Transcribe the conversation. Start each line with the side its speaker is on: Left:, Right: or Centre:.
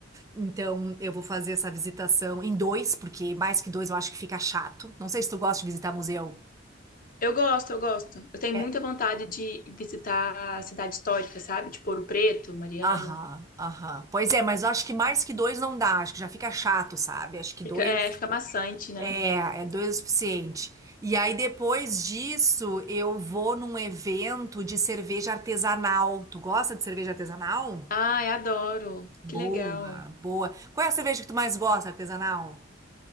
Right: Então eu vou fazer essa visitação em dois, porque mais que dois eu acho que fica chato. Não sei se tu gosta de visitar museu.
Left: Eu gosto, eu gosto. Eu tenho
Right: É,
Left: muita vontade de visitar a cidade histórica, sabe? Tipo Ouro Preto, Mariana.
Right: aham, aham. Pois é, mas eu acho que mais que dois não dá, acho que já fica chato, sabe? Acho que
Left: Fica,
Right: dois.
Left: é, fica maçante, né?
Right: É, é dois o suficiente. E aí, depois disso, eu vou num evento de cerveja artesanal. Tu gosta de cerveja artesanal?
Left: Ai, adoro.
Right: Boa,
Left: Que legal.
Right: boa. Qual é a cerveja que tu mais gosta, artesanal?